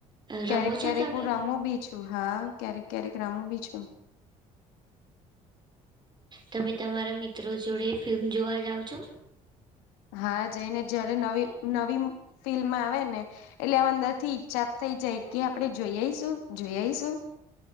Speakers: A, on the left; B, on the right.
A: ક્યારેક
B: રમો છો
A: ક્યારેક
B: તમે
A: હું રમું બી છું. હા, ક્યારેક ક્યારેક રમું બી છું.
B: તમે તમારા મિત્રો જોડે ફિલ્મ જોવા જાવ છો?
A: હા, જઈને જયારે નવી-નવી ફિલ્મ આવે ને એટલે આમ અંદરથી ઈચ્છા થઈ જાય કે આપડે જોઈ આઈશું જોઈ આઈશું.